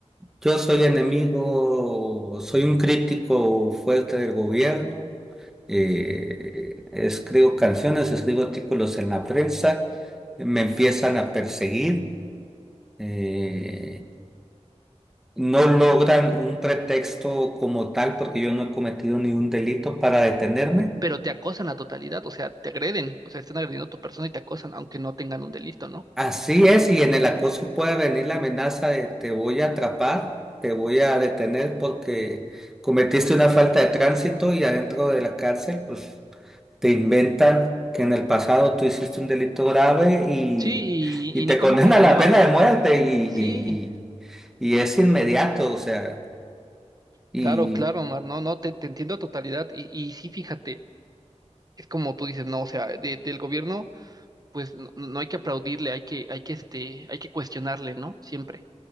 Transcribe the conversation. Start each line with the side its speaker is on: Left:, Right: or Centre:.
Centre: yo soy enemigo, soy un crítico fuerte del gobierno, eh, escribo canciones, escribo artículos en la prensa, me empiezan a perseguir, eh, no logran un pretexto como tal porque yo no he cometido ni un delito para detenerme.
Right: pero te acosan la totalidad, o sea, te agreden, o sea, están agrediendo a tu persona y te acosan, aunque no tengan un delito, ¿no?
Centre: Así es, y en el acoso puede venir la amenaza de te voy a atrapar, te voy a detener porque cometiste una falta de tránsito y adentro de la cárcel, pues te inventan que en el pasado tú hiciste un delito grave y,
Right: Sí,
Centre: y
Right: y, y
Centre: te
Right: ni cómo
Centre: condena
Right: comprobarlo.
Centre: a la pena de muerte y,
Right: Sí,
Centre: y, y es inmediato, o sea, y
Right: claro, claro, Omar, no, no, te, te entiendo a totalidad y, y sí, fíjate, es como tú dices, no, o sea, de- del gobierno. pues no, no no hay que aplaudirle, hay que, hay que, este, hay que cuestionarle, ¿no? Siempre.